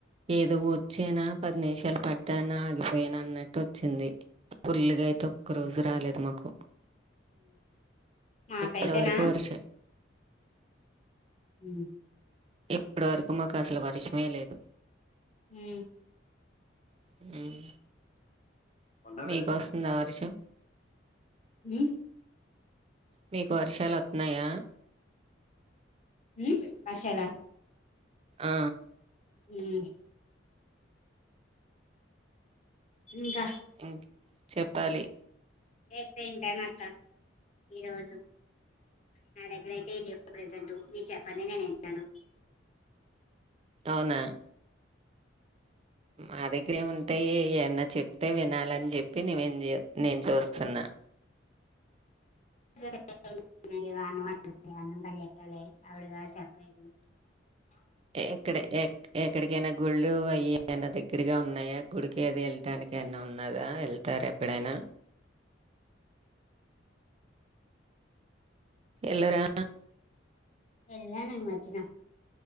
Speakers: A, on the right; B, on the left.
A: ఏదో వొచ్చేనా పది నిమిషాలు పడ్డానా ఆగిపోయానా అన్నట్టు వొచ్చింది పుల్లుగా అయితే ఒక్క రోజు రాలేదు మాకు
B: మాకైతేనా
A: ఇప్పటి వరకూ వరుష
B: ఊ
A: ఎప్పుడు వరకు మాకు అసలు వర్షమే లేదు
B: ఊ
A: హ్మ్.
B: ఉన్నావు
A: మీకొస్తుందా వర్షం
B: ఊ
A: మీకు వర్షాలు వత్తున్నాయా
B: ఊమ్ వర్షాలా
A: ఆ
B: ఊమ్ ఇంకా
A: ఇంక్ చెప్పాలి
B: ఎగ్ తింటానక్క ఈ రోజు నా దగ్గర అయితే ఏం లేవు ప్రజెంటు మీరు చెప్పండి నేను వింటాను
A: అవునా మా దగ్గరేం ఉంటాయి ఏయన్నా చెప్తే వినాలని చెప్పి <unintelligible> నేను చూస్తున్నా
B: <unintelligible> అన్నం కడిగి ఎట్టాలె అవిడ గారు చెప్పలేదు
A: ఎక్కడే ఎక్ ఎక్కడికైనా గుళ్ళు అయి ఏమన్నా దగ్గరగా ఉన్నాయా గుడికి అది ఎల్టానికి ఎమన్నా ఉన్నాదా ఎల్ తారెప్పుడైనా ఎల్లరా
B: ఏల్లాను ఈ మధ్యన